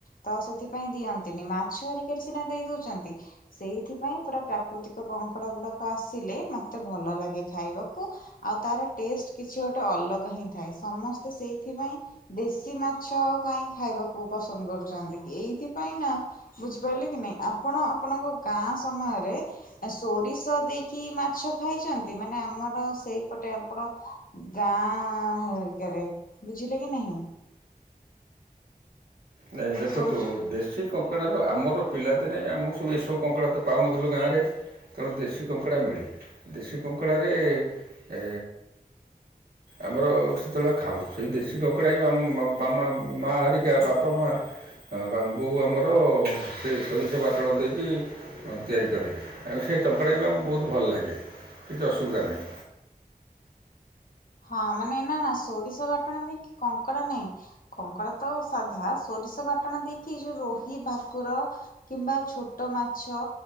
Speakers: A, on the left; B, on the right.
A: ତ ସେଥିପାଇଁ ଦିଅନ୍ତିନି ମାଛ ହେରିକାରେ ସିନା ଦେଇ ଦଉଛନ୍ତି। ସେଇଥିପାଇଁ ପୁରା ପ୍ରାକୃତିକ କଙ୍କଡା ଗୁଡାକ ଆସିଲେ ମତେ ଭଲ ଲାଗେ ଖାଇବାକୁ। ଆଉ ତାର ଟେଷ୍ଟ କିଛି ଗୋଟେ ଅଲଗା ହିଁ ଥାଏ। ସମସ୍ତେ ସେଇଥିପାଇଁ ଦେଶୀ ମାଛ ଆଉ କାଇଁ ଖାଇବାକୁ ପସନ୍ଦ କରୁଛନ୍ତି ଏଇଥିପାଇଁ ନା, ବୁଝି ବୁଝିପାଇଲେ କି ନାହିଁ ଆପଣ ଆପଣଙ୍କ ଗାଁ ସମୟରେ ସୋରିଷ ଦେଇକି ମାଛ ଖାଇଛନ୍ତି? ମାନେ ଆମର ସେଇପଟେ ଆପଣ ଗାଁ ହେରିକାରେ ବୁଝିଲେ କି ନାହିଁ?
B: ନାଇଁ ଦେଖନ୍ତୁ
A: ସୋରି
B: ଦେଶୀ କ କଙ୍କଡ଼ାର ଆମର ପିଲାଦିନେ ଆମେ ସବୁ ଏସବୁ କଙ୍କଡ଼ା ତ ପାଉନଥିଲୁ ଗାଁରେ। ତେଣୁ ଦେଶୀ କଙ୍କଡ଼ା ମିଳେ। ଦେଶୀ କଙ୍କଡ଼ାରେ ଏ ଆମର ସେତେବେଳେ ଖାଉ ସେଇ ଦେଶୀ କଙ୍କଡ଼ା ହିଁ ଆମ ମାମା ମା ହରିକା ବାପା ମା ବା ବୋଉ ଆମର ସେ ସୋରିଷ ବାଟଣ ଦେଇକି ତିଆରି କରେ ଆଉ ସେ ଟଙ୍କାଟାକୁ ବି ଆମକୁ ବହୁତ ଭଲ ଲାଗେ। କିଛି ଅସୁବିଧା ନାହିଁ।
A: ହଁ ମାନେ ନା ନା ସୋରିଷ ବାଟଣା ଦେଇ କି କଙ୍କଡା ନାଇଁ। କଙ୍କଡା ତ ସାଧା ସୋରିଷ ବାଟଣ ଦେଇକି ଯୋଉ ରୋହି ଭାକୁର କିମ୍ବା ଛୋଟ ମାଛ